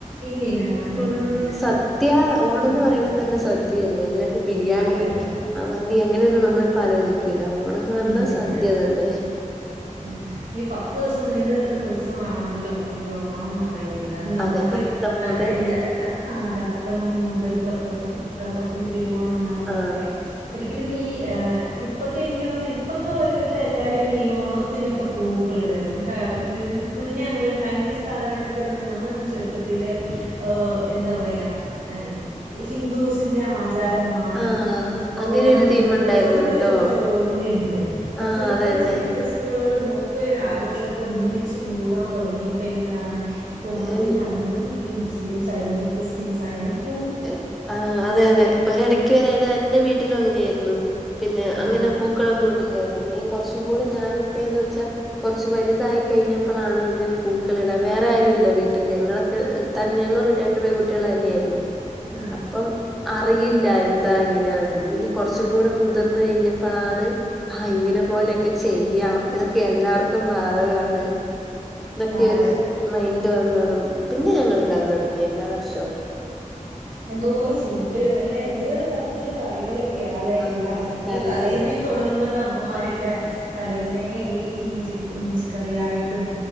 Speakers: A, on the right (about 80°); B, in the centre.
A: ഇല്ല ഇല്ല മാറ്റം
B: ഫുൾ
A: വന്നിട്ടില്ല
B: സദ് ദ്യ ഓണംന്ന്
A: ഫുൾ
B: പറയുമ്പൊതന്നെ
A: സദ്യ
B: സദ്യയല്ലേ അല്ലാണ്ട് ബിരിയാണി
A: അതെ അതെ
B: ആ മന്തി അങ്ങനെഒന്നും. നമ്മളിപ്പ ആലോചിക്കീല. ഓണംന്ന് പറഞ്ഞാ
A: ഇല്ല
B: സദ്യ
A: ഇല്ല
B: തന്നെ.
A: പിന്നെ ഈ പത്ത് ദിവസം നീണ്ടു നിക്ക്‌ന്ന ഉത്സവാണൊല്ലോ ഈ ഓണംന്ന് പറയിന്നത് അത് കാരണം നമക്ക്‌
B: അതെ അത്തം
A: ഏ
B: മുതൽ
A: യ് ഇല്ല അഹ് അഹ് ആഹ് അതെ അത്തം മുതൽ പത്തുസം. അത്തമ്പത്തിന് തിരുവോണം ന്നാണല്ലോ
B: ആ
A: പറയാ. ശരിക്കിനും. ഈ എഹ് ഇപ്പൊക്കെനിക്ക് തോന്ന്ന്ന് ഇപ്പൊക്കെ ഒരുവിധ എല്ലാരു ഈ ഓണ ത്തിനൊക്കെ പൂക്കള് ഇട് വാര്ന്നു. ക മ് മുന്നേ ഒന്നും ഒര് നയൻന്റിസ് കാലഘട്ടത്തിലൊന്നും നമ്മളൊന്നും ചെ ചെറുപ്പത്തില് ഓ എന്താ പറയാ എഹ് മ് ഈ ഹിന്ദൂസിന്റെ ആചാ ചാരമാണ്
B: ആ അങ്ങനെ
A: ഓണം
B: ഒരു
A: എന്ന്ള്ളൊരു
B: തീം ഉണ്ടായിരുന്നു
A: പൊതുവേ
B: കേട്ടോ
A: ഒരു ചോല്ല് ഇണ്ട്. പക്ഷെ
B: ആ
A: ഇപ്പന്ന്ച്ച്ട്ട്ണ്ടെങ്കി
B: അതന്നെ
A: രിസ് സ്കൂള്കളിലും ഒക്കെ ഒര് ആഘോഷൊക്കെ ഒന്നിച്ച് പൂവ് ഇടാൻ തൊടങ്ങിയപ്പോ എന്താണ് ഇപ്പോ ഓണത്തിന്റെഅന്നും
B: എൽ
A: ഈ മുസ്ലിംസ് ആയാലും ക്രിസ്ത്യസ് ആയാലും പൂ
B: എഹ് ആഹ് അതെ അതെ ഒരെടെക്ക്‌ വരെ അത് എന്റെ വീട്ടിലും അങ്ങനെയേര്ന്നു പിന്നെ അങ്ങനെ
A: ആഹാ
B: പൂ ക്കളൊന്നും ഇട്ല്ലായ്ര്ന്ന് പിന്നിം കൊർച്ചും കൂടെ ഞാനൊക്കെ എന്ന് വെച്ചാ കൊറച്ച് വല്തായി കഴിഞ്ഞപ്പളാണ് ഇങ്ങനെ പൂക്കള് ഇടാൻ വേറെ ആരു ഇല്ല വീട്ടിൽ ഞങ്ങളൊക്കെ ഹ് തന്നെ ഞങ്ങളെ വീട്ടില് രണ്ട് പെകുട്ട്യോൾ തന്നെയാര്ന്നു.
A: ആ
B: പ്പം അറിയില്ല എന്താ എങ്ങനെയാണെന്നൊന്ന് പിന്നെ കൊർച്ചും
A: ആ
B: കൂടെ മുതിർന്ന് കയിഞ്ഞപ്പളാണ് ആഹ് ഇങ്ങനെ പോലൊക്കെ ചെയ്യാം. ഇതൊക്കെ എല്ലാർക്കും ബാധകാണ് ന്നൊക്കെ ഒര്
A: അതെ
B: മൈൻഡ് വന്നതും പിന്നെ ഞങ്ങള് ഇടാൻ തൊടങ്ങി എല്ലാ വർഷവും
A: എന്തോരം ഫുഡ് അല്ലേ എന്തോരം തരത്തില്ള്ള കറികള് ക്കെയാലെ
B: ആഹ്
A: ഇണ്ടാക്കാറ്
B: കറികള്
A: തലേന്നേ തൊടങ്ങുവല്ലോ അമ്മമാരെക്കെ തലേന്നേ
B: ആഹ്
A: ന്നെ ഈ ഇഞ്ചിപു ഇഞ്ചിക്കറിയായിട്ടും.